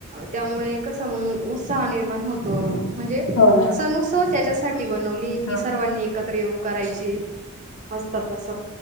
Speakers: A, on the right (about 35°); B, on the left (about 65°).
A: त्यामुळे कस मग उत्साह निर्माण होतो म्हणजे
B: हो ना
A: सण उत्सव त्याच्यासाठी बनवली की
B: हा
A: सर्वांनी एकत्र येऊन करायची असत तस